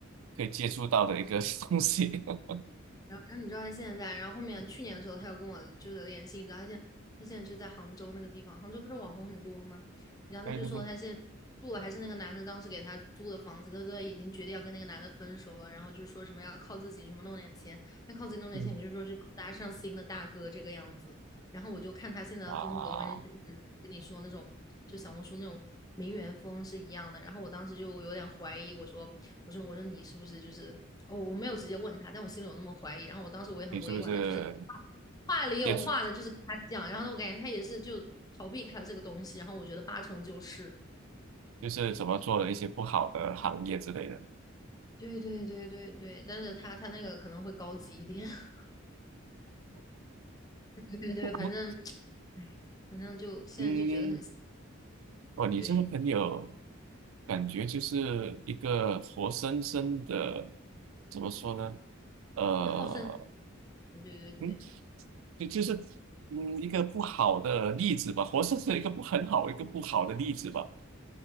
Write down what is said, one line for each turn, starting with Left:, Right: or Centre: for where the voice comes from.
Right: 可以接触到的一个 <laughs> 东西，<laughs>
Left: 然后，然后你知道他现在在，然后后面去年的时候，他有跟我就是联系，你知道他现在他现在就在杭州那个地方，杭州不是网红很多吗？然后他就说他现在住的还是那个男的当时给他租的房子，
Right: 对对对，
Left: 他都已经决定要跟那个男的分手了，然后就说什么要靠自己，什么弄点钱，要靠自己弄点钱，
Right: 嗯
Left: 就是说是勾搭上心的大哥这个样子。然后我就看他现在的风格，
Right: 啊，
Left: 完全就是跟你说那种，就小红书那种名媛风是一样的。然后我当时就有点怀疑，我说，我说，我说你是不是就是我哦，我没有直接问他，但我心里有那么怀疑。然后我当时我也很委婉的，
Right: 你是不是
Left: 就是话话里有话的，
Right: 接触
Left: 就是跟他讲。然后我感觉他也是就逃避开了这个东西。然后我觉得八成就是，
Right: 就是怎么做了一些不好的行业之类的？
Left: 对对对对对，但是他他那个可能会高级一点。<laughs> 对对对，反正，
Right: 我
Left: 哎，反正就现在就觉得很
Right: 嗯，哇，你这个朋友
Left: 对。
Right: 感觉就是一个活生生的，怎么说呢？呃，
Left: 那好胜，<laughs> 对对对。
Right: 嗯，就就是嗯一个不好的例子吧，活生生一个不很好一个不好的例子吧。